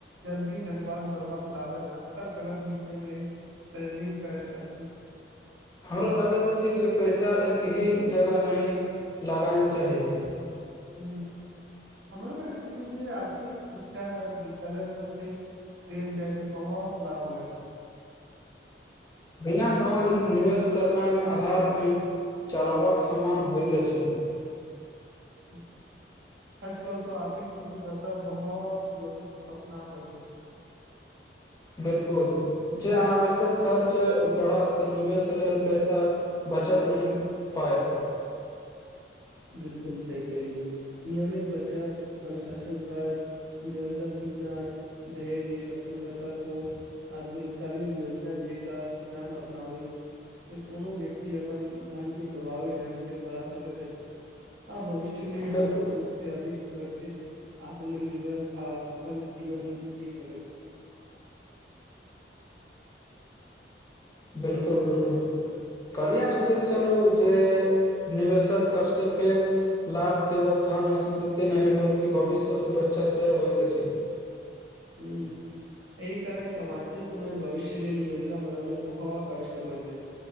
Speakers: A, on the right; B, on the left.
A: जल्दी धनवान बनबाक लालच अक्सर गलत निर्णय लेल प्रेरित करैत अछि। <unintelligible>
B: हमरा लगैत अछि जे पैसा एक ही जगह नहि लगाना चाही। <unintelligible>
A: हु हमरो लगैत अछि जे आर्थिक शिक्षा विद्यालय स्तर से देल जाय तऽ बहोत लाभ होय। <unintelligible>
B: बिना समझ निवेश करनाइ <unintelligible> चलाबक समान होइत अछि। <unintelligible>
A: उम्म सच कहू तऽ आर्थिक स्वतन्त्रता बहोत लोकक सपना होएत अछि। <unintelligible>
B: बिल्कुल जे अनावश्यक खर्च बढ़त त निवेश लेल पैसा बचत नहि पाएत। <unintelligible>
A: बिल्कुल सही केेलिए नियमित बचत अनुशासन खर्च निरन्तर सिखनाय धैर्य स्वतंत्रता सोच आ दीर्घकालीन योजना जेका सिद्धान्त अपनाबी कोनो व्यक्ति अपन धन के प्रभावी ढंग से बढ़ा सकैत अछि। आ भविष्य मे
B: बिलकुल
A: आर्थिक रूप से अधिक। सुरक्षित आत्मनिर्भर आ सफल जीवन जी सकैत। <unintelligible>
B: बिल्कुल बिल्कुल कहलियै हम सोचैत छलहु जे निवेशक सबसे पैघ लाभ केवल धन स्मृति नहि बल्कि भविष्य सुरक्षा सेहो होइत अछि। <unintelligible>
A: हु एहि कारण कमाते समय भविष्य लेल योजना बनानाय बहोत आवश्यक होएत अछि।